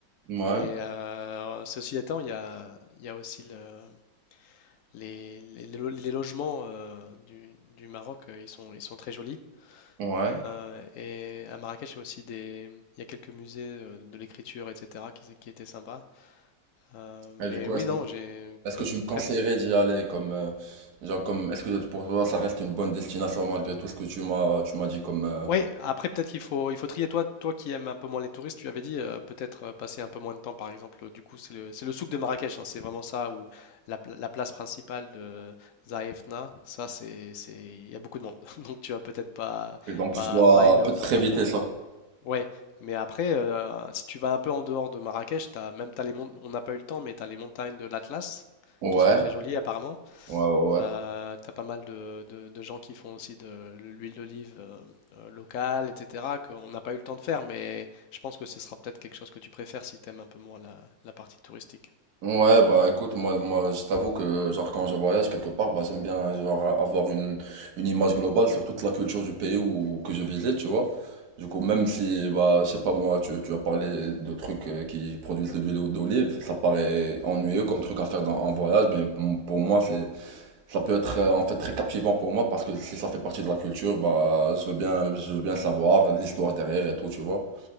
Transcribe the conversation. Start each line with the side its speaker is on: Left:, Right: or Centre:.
Right: Ouais.
Left: Mais euh, ceci étant, il y a, il y a aussi le- les, les- les lo- les logements euh, du, du Maroc, euh, ils sont, ils sont très jolis.
Right: Ouais.
Left: Euh, et à Marrakech, il y a aussi des, il y a quelques musées euh, de l'écriture, etc., qui, qui étaient sympas. Euh, mais
Right: Et du coup,
Left: oui,
Right: est-ce
Left: non,
Right: que
Left: j'ai
Right: est-ce
Left: pour-
Right: que tu
Left: pour
Right: me conseillerais
Left: très.
Right: d'y aller comme euh, genre comme est-ce que pour toi ça reste une bonne destination malgré tout ce que tu m'as tu m'as dit comme euh,
Left: Oui, après peut-être qu'il faut, il faut trier. Toi, toi qui aimes un peu moins les touristes, tu avais dit euh, peut-être euh, passer un peu moins de temps, par exemple. Du coup, c'est le, c'est le souk de Marrakech, hein, c'est vraiment ça, ou la, pla- la place principale de Zaïfna. Ça, c'est, c'est, il y a beaucoup de monde, <laughs> donc tu vas peut-être pas,
Right: Et donc
Left: pas,
Right: je dois
Left: pas aimer autant.
Right: peut-être éviter ça.
Left: Ouais, mais après, euh, si tu vas un peu en dehors de Marrakech, t'as, même t'as les mont- on n'a pas eu le temps, mais tu as les montagnes de l'Atlas
Right: Ouais,
Left: qui sont très jolies apparemment.
Right: ouais, ouais,
Left: Euh,
Right: ouais.
Left: tu as pas mal de, de- de gens qui font aussi de l'huile d'olive euh, euh, locale, etc., qu'on n'a pas eu le temps de faire, mais je pense que ce sera peut-être quelque chose que tu préfères si tu aimes un peu moins la, la partie touristique.
Right: Ouais, bah écoute, moi, moi, je t'avoue que genre quand je voyage quelque part, bah j'aime bien genre avoir une, une image globale sur toute la culture du pays où, que je visite, tu vois. Du coup, même si, bah, je sais pas moi, tu, tu as parlé de trucs euh, qui produisent de l'huile d'olive, ça paraît ennuyeux comme truc à faire dans, en voyage, mais m- pour moi, c'est, ça peut être euh, en fait très captivant pour moi parce que si ça fait partie de la culture, bah, je veux bien, je veux bien savoir l'histoire derrière et tout, tu vois.